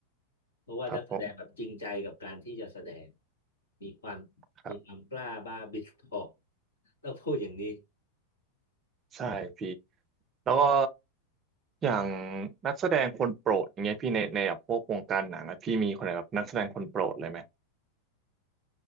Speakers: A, on the left; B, on the right.
A: เพราะว่านักแสดงแบบจริงใจกับการที่จะแสดง
B: ครับผม
A: มีความ
B: ครับ
A: มีความกล้าบ้าบิดทอกต้องพูดอย่างนี้
B: ใช่พี่แล้วก็อย่างนักแสดงคนโปรดอย่างเงี้ยพี่ในในแบบพวกวงการหนังอะพี่มีคนไหนแบบนักแสดงคนโปรดเลยไหม